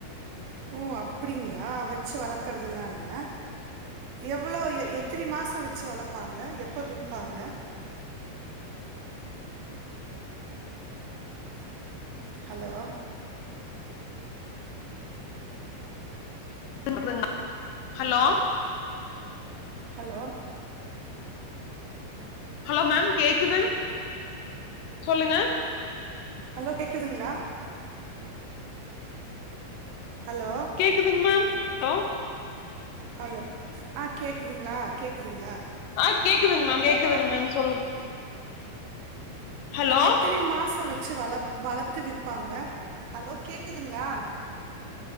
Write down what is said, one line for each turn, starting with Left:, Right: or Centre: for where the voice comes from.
Right: ஓ அப்டிங்களா வெச்சு வளக்குறதுல்லால்ல எவ்ளோ எ எத்தனி மாசொ வச்சு வளப்பாங்க எப்போ விப்பாங்க hello
Left: <inaudible> hello
Right: hello
Left: hello ma'am கேக்குது சொல்லுங்க
Right: ஹலோ கேக்குதுங்ளா ஹலோ
Left: கேக்குதுங் மேம் ஹலோ
Right: ஹலொ ஆ கேக்குதுங்ளா கேக்குதுங்ளா
Left: ஆ கேக்குதுங் மேம் கேக்குதுங் மேம் சொல்லுங் ஹலோ
Right: எத்தனை மாசோ வச்சு வள வளத்து விப்பாங்க ஹலோ கேக்குதுங்ளா